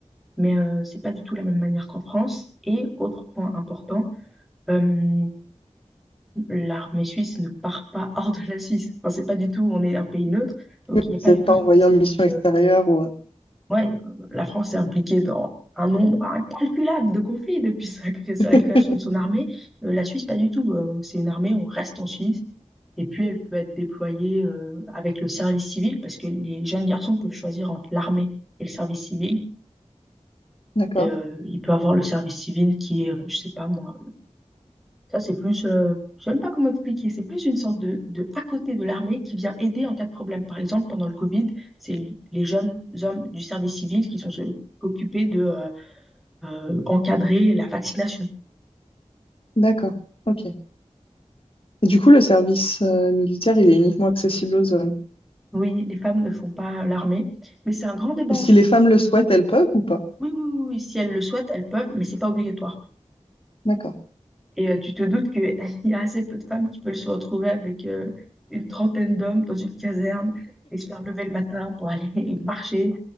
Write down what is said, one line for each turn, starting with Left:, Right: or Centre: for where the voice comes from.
Centre: Mais euh, c'est pas du tout la même manière qu'en France. Et autre point important, euh, l'armée suisse ne part pas hors de la Suisse. Enfin, c'est pas du tout, on est un pays neutre, donc
Left: Oui,
Centre: il n'y a pas
Left: vous n'êtes
Centre: du tout
Left: pas
Centre: ce
Left: envoyé
Centre: principe.
Left: en mission extérieure
Centre: euh,
Left: ou...
Centre: ouais, euh, la France est impliquée dans un nombre incalculable de conflits depuis sa, cré- sa
Left: <laughs>
Centre: création de son armée. Euh, la Suisse, pas du tout. euh, c'est une armée, on reste en Suisse. Et puis, elle peut être déployée euh, avec le service civil, parce que les jeunes garçons peuvent choisir entre l'armée et le service civil.
Left: D'accord.
Centre: Et, euh, il peut avoir le service civil qui est, euh, je sais pas moi, Ça, c'est plus, euh, je sais même pas comment expliquer, c'est plus une sorte de, de à côté de l'armée qui vient aider en cas de problème. Par exemple, pendant le Covid, c'est les jeunes hommes du service civil qui sont ceux- occupés de euh, euh, encadrer la vaccination.
Left: D'accord. Ok. Et du coup, le service euh, militaire, il est uniquement accessible aux hommes.
Centre: Oui, les femmes ne font pas l'armée, mais c'est un grand débat
Left: Et
Centre: en
Left: si
Centre: Suisse.
Left: les femmes le souhaitent, elles peuvent ou pas?
Centre: Oui, oui, oui, oui, si elles le souhaitent, elles peuvent, mais c'est pas obligatoire.
Left: D'accord.
Centre: Et euh, tu te doutes qu'il <laughs> y a assez peu de femmes qui peuvent se retrouver avec euh, une trentaine d'hommes dans une caserne et se faire lever le matin pour aller <laughs> marcher